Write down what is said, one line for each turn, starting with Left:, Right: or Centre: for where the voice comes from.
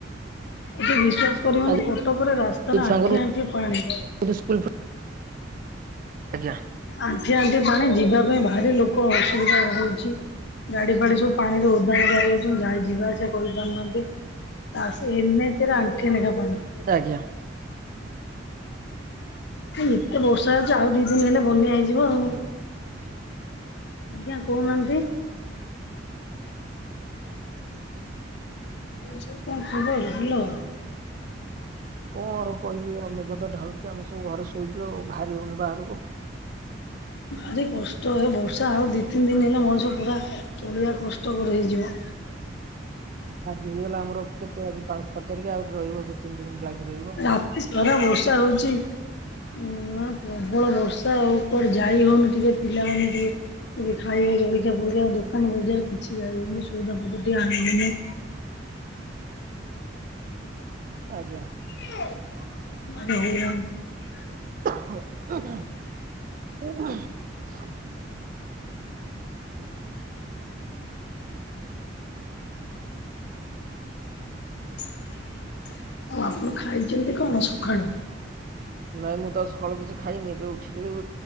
Left: ଏଠି ବିଶ୍ୱାସ କରିବନି,
Right: ଆଜି
Left: କଟକରେ ରାସ୍ତାରେ, ଆଣ୍ଠିଏ
Right: ଛୁଆଙ୍କର
Left: ଆଣ୍ଠିଏ ପାଣି।
Right: ବୋଧେ ସ୍କୁଲ ଆଜ୍ଞା।
Left: ଆଣ୍ଠିଏ ଆଣ୍ଠିଏ ପାଣି ଯିବା ପାଇଁ ଭାରି ଲୋକ ଅସୁବିଧା ହଉଚି। ଗାଡି ଫାଡି ସବୁ ପାଣି ରେ ଉଦା ମୋଦା ହେଇଯାଉଛନ୍ତି ଯାାଇ ଯିବା ଆସିବା କରିପାରୁନାହାନ୍ତି। ବାସ୍‌ ଏନ ଏଚରେ ଆଣ୍ଠିଏ ନେଖା ପାଣି।
Right: <unintelligible>
Left: ଏତେ ବର୍ଷା ହେଉଛି ଆଉ ଦି ଦିନ ହେଲେ ବନ୍ୟା ହେଇଯିବ ଆଉ।
Right: ହ୍ୟାଲୋ
Left: ଆଜ୍ଞା କହୁନାହାନ୍ତି? ଆଉ ସବୁ କଣ ଖବର ହାଲୋ।
Right: କଣ ଆଉ କହିବି, ଆ ମେଘ ତ ଢାଳୁଛି, ଆମେ ସବୁ ଘରେ ଶୋଇଛୁ ଆଉ, ବାହାରି ହଉନି ବାହାରକୁ।
Left: ଭାରି କଷ୍ଟ ହେ, ବର୍ଷା ଆଉ ଦୁଇ ତିନି ଦିନ ହେଲେ ମଣିଷ ପୁରା ଚଳିବା କଷ୍ଟକର ହେଇଯିବ।
Right: ଗଲା ଆମର କେତେ ଆଜି ପାଞ୍ଚ, ଛଅ ତାରିଖ ଆହୁରି ରହିବ ଦି, ତିନି ଦିନ ଲାଗି ରହିବ।
Left: ରାତି ସାରା ବର୍ଷା ହଉଚି ହୁଁ ମା ପ୍ରବଳ ବର୍ଷା ଆଉ କୁଆଡେ ଯାଇ ହଉନି ଟିକେ ପିଲାମାନେ ଟିକେ ଯଦି ଖାଇବା ଜଳିକିଆ ଫଳିକା, ଦୋକାନ ବଜାର, କିଛି ଯାଇହଉନି ସଉଦା ପତର ଟିଏ ଆଣିହଉନି।
Right: ଆଜ୍ଞା।
Left: <unintelligible>
Right: <unintelligible>
Left: <unintelligible> ଆପଣ ଖାଇଛନ୍ତି କଣ ସକାଳୁ?
Right: ନାଇଁ ମୁଁ ତ ସକାଳୁ କିଛି ଖାଇନି। ଏବେ ଉଠିକି